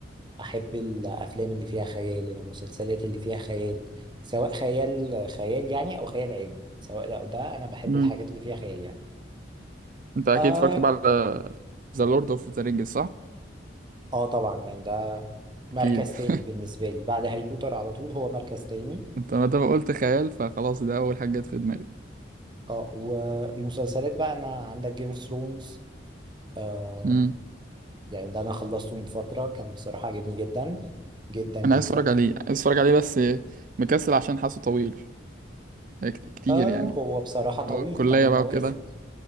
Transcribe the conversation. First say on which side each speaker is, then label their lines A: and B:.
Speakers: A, on the right (about 25°); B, on the right (about 45°).
A: احب الافلام اللي فيها خيال المسلسلات اللي فيها خيال سواء خيال خيال يعني او خيال علمي سواء ده او ده انا بحب
B: امم
A: الحاجات اللي فيها خيال يعني
B: انت اكيد
A: اه
B: اتفرجت بقى على ذا لورد اوف ذا رينجز صح
A: اه طبعا يعني ده مركز
B: اكيد <laughs>
A: تاني بالنسبه لي بعد هاري بوتر على طول هو مركز تاني
B: انت ما دام قلت خيال فخلاص ده اول حاجه جت في دماغي
A: اه ومسلسلات بقى انا عندك جيم اوف ثرونز آه
B: امم
A: يعني ده انا خلصته من فترة كان بصراحة عجبني جدا جدا جدا
B: انا عايز اتفرج
A: فيه
B: عليه عايز اتفرج عليه بس مكسل عشان حاسه طويل كت- كتير
A: آه
B: يعني
A: هو بصراحة طويل
B: أو الكليه
A: تمن
B: بقى
A: مواسم
B: وكده